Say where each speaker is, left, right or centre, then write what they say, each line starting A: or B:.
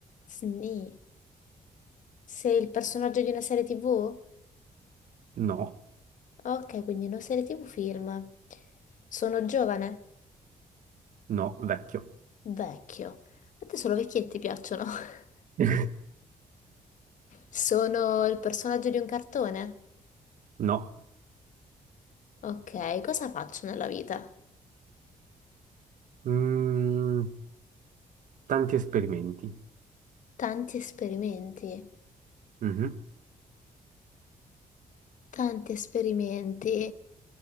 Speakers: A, on the left (about 70°); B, on the right (about 70°).
A: Sì. Sei il personaggio di una serie TV?
B: No,
A: Ok, quindi non serie TV film. Sono giovane?
B: no, vecchio.
A: Vecchio. A te solo vecchietti piacciono. <laughs>
B: <laughs>
A: Sono il personaggio di un cartone?
B: No.
A: Ok, cosa faccio nella vita?
B: Mm, tanti esperimenti.
A: Tanti esperimenti.
B: Mhm.
A: Tanti esperimenti.